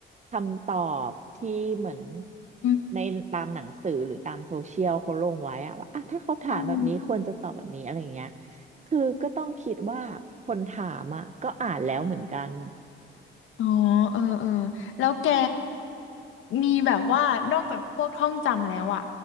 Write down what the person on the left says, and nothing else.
ำอืม
อืม
อ๋อเออเออแล้วแกมีแบบว่านอกจากพวกท่องจำแล้วอ่ะ